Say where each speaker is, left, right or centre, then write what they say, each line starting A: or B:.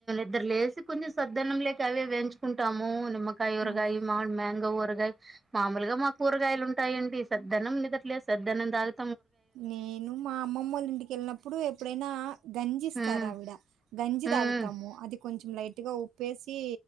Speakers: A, on the right (about 30°); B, on the right (about 85°).
A: ఇద్దరు లేసి కొంచెం సద్దన్నం లేక అవే వేంచుకుంటాము నిమ్మకాయ ఊరగాయ
B: ఆ!
A: మామిలు మ్యాంగో ఊరగాయ మామూలుగా మాకు కూరగాయలు ఉంటాయండి సద్దన్నం నిదట్లేసి సద్దన్నం తాగు
B: నేను మా అమ్మమ్మళ్ళ ఇంటికి వెళ్ళినప్పుడు ఎప్పుడైనా గంజిస్తారు
A: ఉమ్
B: ఆవిడ గంజి
A: ఉమ్
B: తాగుతాము అది కొంచెం లైట్ గా ఉప్పేసి